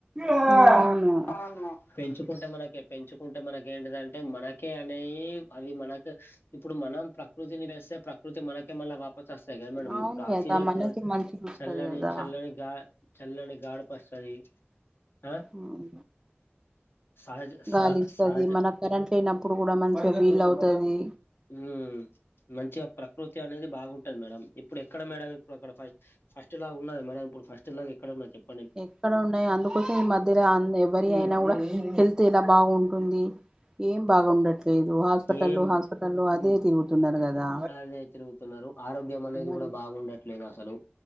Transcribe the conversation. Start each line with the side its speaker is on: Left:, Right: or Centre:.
Right: అవును
Left: అవును పెంచుకుంటే మనకే పెంచుకుంటే మనకి ఏంటిదంటే మనకే అనేవి అవి మనకు ఇప్పుడు మనం ప్రకృతినెస్తే ప్రకృతి మనకి తే మళ్ళ వాపస్ వస్తాయి కదా మేడం
Right: అవును
Left: ఇప్పుడు
Right: కదా
Left: ఆక్సిజన్
Right: మనకి
Left: చూడండి
Right: మంచికి వస్తది
Left: చల్లని
Right: కదా
Left: చల్లని గా చల్లని గాడప్ సరి ఆ
Right: ఉమ్.
Left: సహజ్
Right: గాలి
Left: స
Right: ఇస్తది
Left: సహజ
Right: మనకు కరెంట్ లేనప్పుడు కూడా మంచిగా వీల్ అవుతాది
Left: హు మంచిగా ప్రకృతి అనేది బాగుంటది మేడం ఇప్పుడు ఎక్కడ మేడం ఇప్పుడు అక్కడ ఫై ఫస్ట్ లాగా ఉన్నదా మడం ఇప్పుడు ఫస్ట్ లాగా ఎక్కడ ఉన్నా చెప్ప
Right: ఎక్కడ ఉన్నాయి అందుకోసం ఈ మధ్యలో ఎవరి అయినా కూడా హెల్త్ ఇలా బాగుంటుంది ఏం బాగుండట్లేదు హాస్పిటల్లు
Left: ఏం
Right: హాస్పిటల్లు అదే తిరుగుతున్నారు కదా
Left: అదే తిరుగుతున్నారు ఆరోగ్యం అనేది
Right: మరి
Left: కూడా బాగుండట్లేదు అసలు